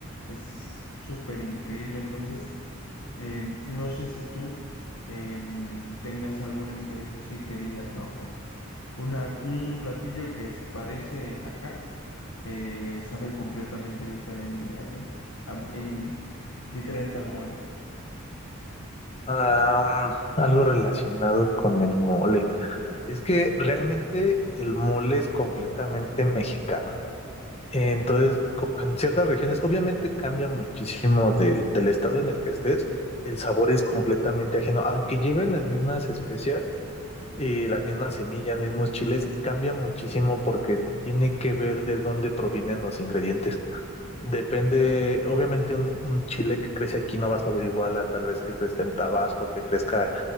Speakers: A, on the left; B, on the left.
A: es súper increíble, entonces em, no sé si tú em, tengas alguna experiencia así que digas, no, pues una, un platillo que se parece acá, eh, sabe completamente diferente allá, a- en, diferente al mole.
B: ah, mm, algo relacionado con el mole. Es que realmente el mole es completamente mexicano. Entonces,
A: Sí.
B: como en ciertas regiones, obviamente cambia muchísimo del, del estado en el que estés, el sabor es completamente ajeno, aunque lleven las mismas especias y las mismas semillas, mismos chiles, cambia muchísimo porque tiene que ver de dónde provienen los ingredientes. Depende, obviamente un, un chile que crece aquí no va a saber igual a tal vez que crezca en Tabasco, que crezca